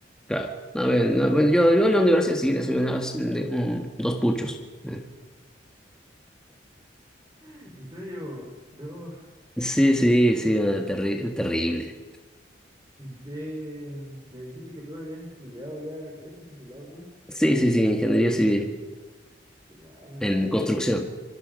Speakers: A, in the centre; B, on the right.
A: claro. A ver, no, bueno, yo, yo en la universidad sí desayunaba s- de- un- dos puchos. Mm.
B: <laughs> En serio, no.
A: Sí, sí, sí, ah, terri- terrible.
B: ¿Y ¿Qué? Me dijiste que tú habías estudiado ya, que ya estás titulado tú.
A: Sí, sí, sí, ingeniería civil.
B: Genial,
A: en
B: ¿hace cuánto?
A: construcción.